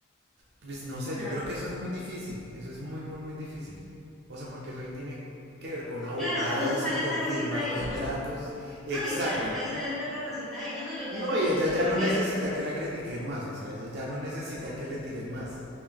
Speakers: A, on the right; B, in the centre.
A: Pues no sé,
B: O sea,
A: yo creo que eso es muy difícil. Eso es muy, muy, muy difícil. O sea, porque eso ahí tiene que ver con abogados
B: claro, entonces sale
A: y con
B: a ser racista
A: firmar
B: a ella,
A: contratos.
B: ¿no?
A: Exacto.
B: No, y es que además ahí sale a ser la racista a ella, ¿no? Yo
A: No,
B: que a ese
A: y
B: negrito
A: ella ya
B: no lo
A: no
B: quiero.
A: necesita que la critiquen más, o sea, ella ya no necesita que le tiren más.